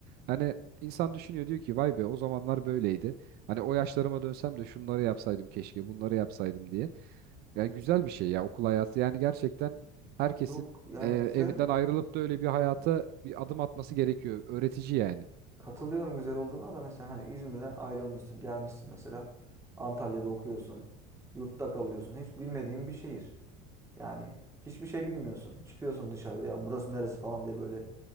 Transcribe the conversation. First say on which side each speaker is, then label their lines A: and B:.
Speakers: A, on the right; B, on the right.
A: Hani insan düşünüyor diyor ki vay be o zamanlar böyleydi. Hani o yaşlarıma dönsem de şunları yapsaydım keşke, bunları yapsaydım diye. Yani güzel bir şey ya okul hayatı. Yani gerçekten herkesin
B: Yok yani
A: e, evinden
B: güzel.
A: ayrılıp da öyle bir hayata
B: Aha.
A: bir adım atması gerekiyor. Öğretici yani.
B: Katılıyorum güzel olduğuna da mesela hani İzmir'den ayrılmışsın, gelmişsin mesela. Antalya'da okuyorsun. Yurtta kalıyorsun. Hiç bilmediğin bir şehir. Yani hiçbir şey bilmiyorsun. Çıkıyorsun dışarıda ya burası neresi falan diye böyle